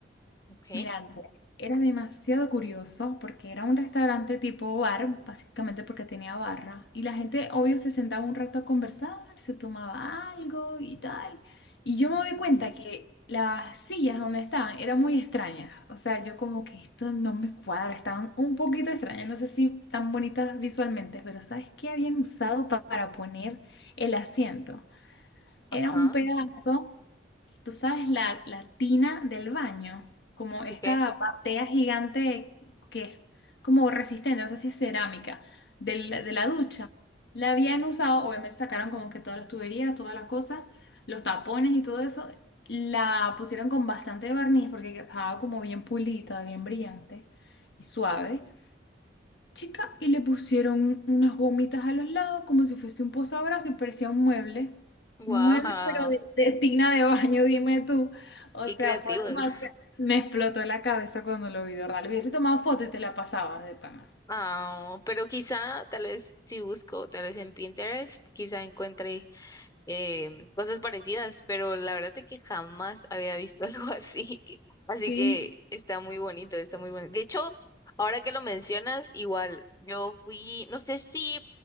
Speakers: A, on the left (about 20°); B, on the left (about 70°).
A: ok.
B: Mira, Andrea, era demasiado curioso porque era un restaurante tipo bar, básicamente porque tenía barra. Y la gente, obvio, se sentaba un rato a conversar, se tomaba algo y tal. Y yo
A: Ujú,
B: me doy cuenta que las sillas donde estaban eran muy extrañas. O sea, yo como que esto no me cuadra, estaban un poquito extrañas. No sé si tan bonitas visualmente, pero ¿sabes qué habían usado pa- para poner el asiento?
A: Ajá,
B: Era un pedazo. ¿Tú sabes la, la tina del baño? Como esta
A: ok.
B: batea gigante que es como resistente, no sé si es cerámica, de la, de la ducha. La habían usado, obviamente sacaron como que todas las tuberías, todas las cosas, los tapones y todo eso. La pusieron con bastante barniz porque estaba como bien pulita, bien brillante y suave chica y le pusieron unas gomitas a los lados como si fuese un posabrazos y parecía un mueble.
A: Wow,
B: Un mueble, pero de, de tina de baño, dime tú. O
A: qué
B: sea,
A: creativos.
B: fue demasiado. Me explotó la cabeza cuando lo vi, de ¿verdad? Le hubiese tomado foto y te la pasaba de pana.
A: Ah, pero quizá, tal vez si busco, tal vez en Pinterest, quizá encuentre eh, cosas parecidas, pero la verdad es que jamás había visto <laughs> algo así. Así
B: Sí.
A: que está muy bonito, está muy bonito. De hecho, ahora que lo mencionas, igual yo fui, no sé si